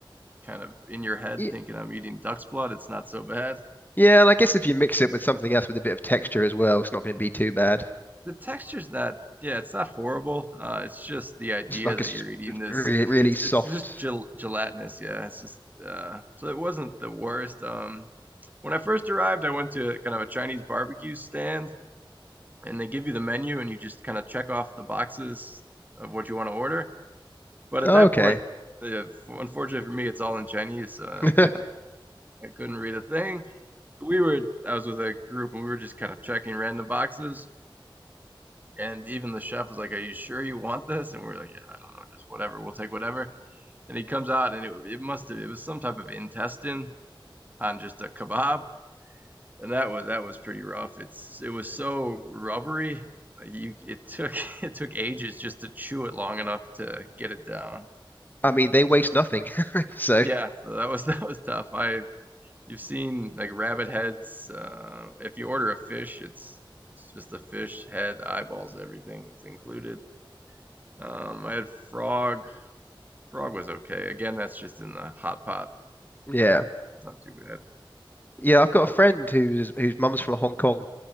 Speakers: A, on the right; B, on the left.
A: kind of in your head
B: Ye-
A: thinking I'm eating duck's blood, it's not so bad.
B: Yeah, and I guess if you mix it with something else with a bit of texture as well, it's not going to be too bad.
A: The texture's not yeah, it's not horrible. Uh, it's just the idea
B: It's like
A: that
B: a s-
A: you're eating this.
B: really, really
A: It's
B: soft.
A: it's just gel gelatinous. Yeah, it's just uh, so it wasn't the worst. Um, when I first arrived, I went to kind of a Chinese barbecue stand, and they give you the menu, and you just kind of check off the boxes of what you want to order. But
B: Oh,
A: at that
B: okay.
A: point, uh, unfortunately for me, it's all in Chinese, so I
B: <laughs>
A: couldn't I couldn't read a thing. We were I was with a group, and we were just kind of checking random boxes. And even the chef was like, "Are you sure you want this?" And we are like, "Yeah, I don't know, just whatever. We'll take whatever." And he comes out, and it it must have it was some type of intestine on just a kebab, and that was that was pretty rough. It's it was so rubbery, like you it took <laughs> it took ages just to chew it long enough to get it down.
B: I mean, they waste nothing. <laughs> So,
A: Yeah, so that was <laughs> that was tough. I you've seen like rabbit heads. Uh, if you order a fish, it's it's just the fish head, eyeballs, everything is included. Um, I had frog Frog was okay. Again, that's just in the hot pot.
B: yeah.
A: Uh, it's not too bad.
B: Yeah, I've got
A: Uh,
B: a friend who's whose mum's from Hong Kong,